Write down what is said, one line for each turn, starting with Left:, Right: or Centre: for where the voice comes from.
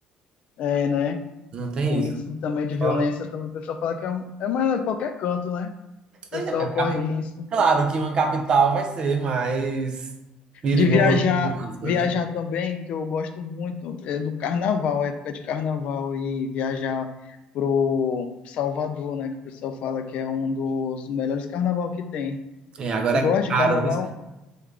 Left: É, né?
Right: Não tem
Left: Um
Right: isso.
Left: índice também de
Right: Só-
Left: violência, também o pessoal fala que é, é mais a qualquer canto, né? O
Right: Ainda
Left: pessoal
Right: bem,
Left: corre
Right: capi-
Left: risco.
Right: claro que uma capital vai ser mais perigoso.
Left: De viajar,
Right: entre aspas,
Left: viajar
Right: né?
Left: também, que eu gosto muito, é do carnaval, a época de carnaval, e viajar pro Salvador, né? Que o pessoal fala que é um dos melhores carnaval que tem.
Right: É, agora
Left: Tu gosta
Right: é
Left: de
Right: caro,
Left: carnaval?
Right: viu?